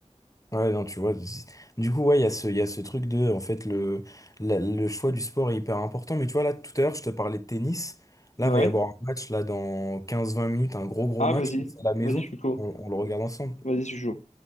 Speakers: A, on the left; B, on the left.
A: Ouais, non, tu vois. c'est- Du coup, ouais, il y a ce, il y a ce truc de, en fait, le, la- le choix du sport est hyper important. Mais tu vois, là, tout à l'heure, je te parlais de tennis.
B: Ouais.
A: Là, va y avoir un match, là, dans quinze vingt minutes, un gros, gros
B: Ah,
A: match.
B: vas-y.
A: C'est à la maison.
B: Vas-y, je suis chaud.
A: on on le regarde ensemble.
B: Vas-y, je suis chaud.